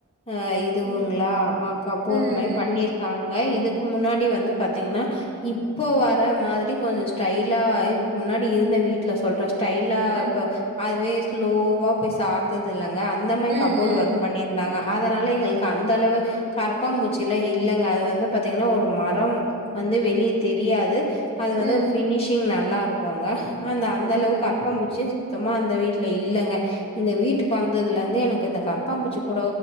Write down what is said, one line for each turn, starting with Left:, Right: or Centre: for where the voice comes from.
Left: அ இதுவுங்ளா
Right: ம்
Left: அ கப்போட்
Right: ம்
Left: மாரி பண்ணிருக்காங் க இதுக்கு முன்னாடி வந்து பாத்தீங்ன்னா இப்போ வர மாத்ரி கொஞ்ச ஸ்டைலா இருக்கு முன்னாடி இருந்த வீட்ல சொல்ற ஸ்டைலா
Right: ம்
Left: இப்ப
Right: ம்
Left: அதுவே ஸ்லோவா போய் சா த்துதுல்லங்க அந்த மாரி
Right: ம்
Left: கப்போட் ஒர்க் பண்ணியிருந்தாங்க அதனால எங்களுக்கு அந்தளவு கரப்பாம்பூச்சி எல்லா இல்லங்க அது வந்து பாத்தீங்கன்னா ஒரு மரம் வந்து வெளிய தெரியாது அது வந்து
Right: ம்
Left: ஒரு
Right: ம்
Left: ஃபினிஷிங் நல்லா இருக்குங்க அந்த அந்தளவுக்கு
Right: ம்
Left: கரப்பாம்பூச்சி சுத்தமா அந்த வீட்ல இல்லங்க இந்த வீட்டுக்கு வந்ததுல இருந்து எனக்கு இந்த கரப்பாம்பூச்சி கூட